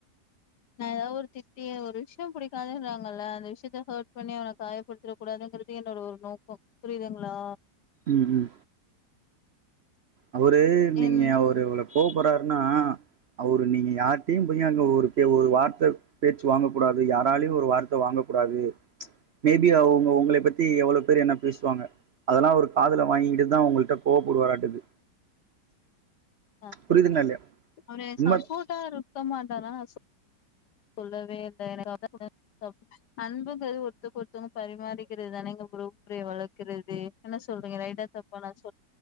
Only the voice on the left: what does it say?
நா எதாவ் ஒரு திட்டி ஒரு விஷ்யோ புடிக்காதுன்றாங்கல்ல அந்த விஷ்யத்த ஹேட் பண்ணி அவன காயப்படுத்திட கூடாது ங்கிறது என்னோட ஒரு நோக்கோ புரிதுங்ளா
என்
அது
அவரு
சப்போட்டா இருக்கமாட்டாரு ஆனா ஸ் சொல்லவே இல்ல எனக்கு <inaudible> அன்புங்கிறது ஒருத்தருக்கு ஒருத்தவங்க பரிமாறிக்கிறது தானங்க ரூப்ரே வளக்கறது என்ன சொல்றீங்க ரைட்டா தப்பா நா சொல்